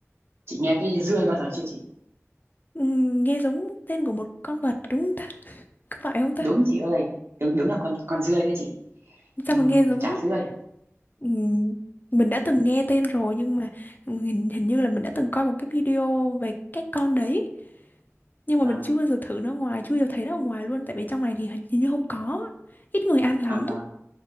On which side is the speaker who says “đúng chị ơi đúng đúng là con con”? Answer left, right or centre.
Right